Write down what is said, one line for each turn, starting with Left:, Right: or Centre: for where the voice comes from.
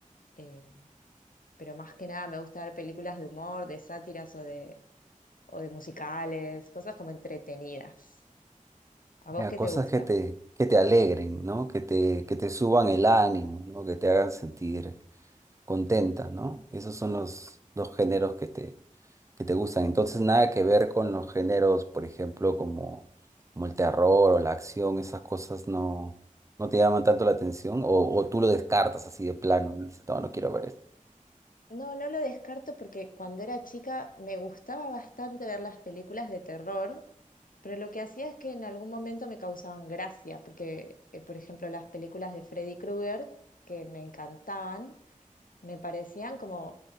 Left: eh, pero más que nada me gusta ver películas de humor, de sátiras o de, o de musicales, cosas como entretenidas. ¿A vos
Right: Ya,
Left: qué
Right: cosas
Left: te gusta?
Right: que te, que te alegren, ¿no? Que te, que te suban el ánimo, ¿no? Que te hagan sentir contenta, ¿no? Esos son los, los géneros que te, que te gustan. Entonces, nada que ver con los géneros, por ejemplo, como, como el terror o la acción, esas cosas no, no te llaman tanto la atención o, o tú lo descartas así de plano, dices, no, no quiero ver esto.
Left: No, no lo descarto porque cuando era chica me gustaba bastante ver las películas de terror, pero lo que hacía es que en algún momento me causaban gracia, porque, eh, por ejemplo, las películas de Freddy Krueger, que me encantaban, me parecían como